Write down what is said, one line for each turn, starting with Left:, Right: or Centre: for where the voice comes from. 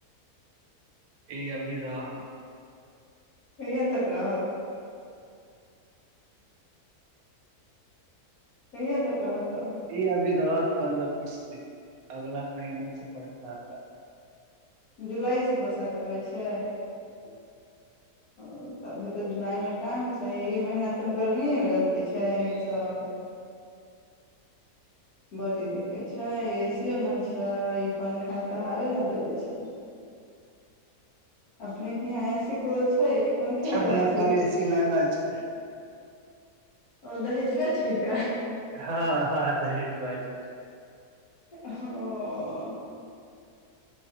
Right: ई अभी त
Left: कहिया तक रहब कहिया तक रहत अभी?
Right: ई अभी रहत पन्दर बीस दिन अगला महिना सँ अच्छा
Left: जुलाइ से बसाात अबै छै
Right: हँ
Left: ओ तभी तऽ जुलाई मे टाइम ने ई महीना तऽ गर्मीए मे रहत इ छै सब बड़ी दिककत छै एसियो नहि छै ई पंखा तऽ हावे ने देबे छै अपनेके यहाँ ऐसी कूलर छै पंखे
Right: सब
Left: मे रहै
Right: लऽ
Left: छियै
Right: कोन ए सी लागल छलै
Left: ओ दहेजुए छै का
Right: हँ हँ दहेजुआ छै <unintelligible>
Left: ओ